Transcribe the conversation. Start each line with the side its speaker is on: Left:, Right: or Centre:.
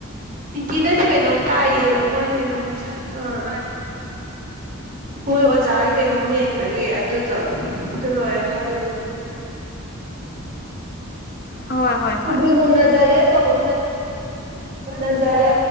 Right: ꯄꯤꯡꯀꯤꯅ ꯁꯤ ꯀꯩꯅꯣꯝ ꯇꯥꯛꯌꯦꯕ ꯃꯣꯏ ꯀꯩꯅꯣꯝ ꯑ ꯎꯝ ꯃꯣꯏ ꯑꯣꯖꯥꯒꯤ ꯀꯩꯅꯣ ꯃꯦꯟꯕꯒꯤ ꯑꯗꯨꯗꯣ ꯑꯗꯨ ꯂꯣꯏꯔꯒ ꯑꯩ
Left: ꯍꯣꯏ ꯍꯣꯏ ꯍꯣꯏ
Right: ꯇꯨꯒꯨꯅꯍꯅꯖꯔꯤ ꯈ ꯣ ꯅꯖꯔ